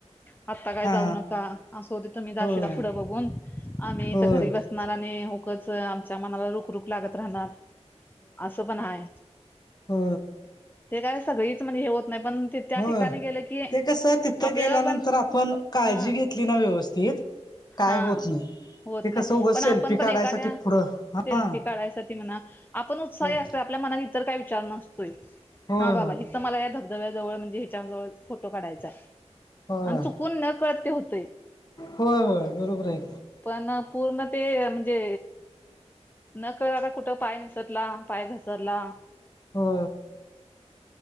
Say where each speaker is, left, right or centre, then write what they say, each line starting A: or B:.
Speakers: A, on the left (about 15°); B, on the left (about 35°).
A: आत्ता काय
B: हा
A: जाऊ नका असं होते तु मी जाशीला
B: होय
A: पुढं बघून. आम्ही
B: होय
A: इथं घरी
B: होय
A: बसणार आणि होकच आमच्या मनाला रुख रुख लागत राहणार. असं पण हाय.
B: हो
A: ते काय सगळीच म्हणजे हे होत नाही पण ते त्या
B: होय
A: ठिकाणी गेलं की
B: ते कसं तिथं
A: आपल्याला
B: गेल्यानंतर
A: पण
B: आपण काळजी
A: हा
B: घेतली ना व्यवस्थित काय
A: हा
B: होत नाही.
A: होत
B: ते कसं
A: नाही
B: उगच
A: पण
B: सेल्फी
A: आपण पण
B: काढायसाठी
A: एखाद्या
B: पुढं हा
A: सेल्फी काढायसाठी म्हणा आपण उत्साही
B: होय
A: असतो. आपल्या मनात इतर काय विचार नसतोय
B: होय
A: हा बाबा तर मला या धबधब्याजवळ म्हणजे ह्याच्याजवळ फोटो काढायचाय.
B: होय
A: आणि चुकून न कळते होतय.
B: होय होय बरोबर आहे
A: पण पूर्ण ते म्हणजे नकळ आता कुठं पाय निसटला पाय घसरला
B: हो